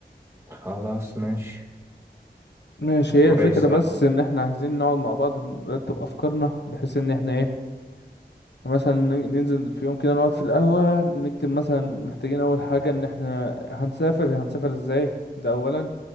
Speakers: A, on the right; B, on the left.
A: خلاص ماشي
B: ماشي هي
A: كويس
B: الفكرة بس
A: أوي
B: ان احنا عايزين نقعد مع بعض نرتب افكارنا بحيث ان احنا ايه مثلا ن- ننزل في يوم كده نقعد في القهوة نكتب مثلا محتاجين اول حاجة ان احنا هنسافر هنسافر ازاي ده اولا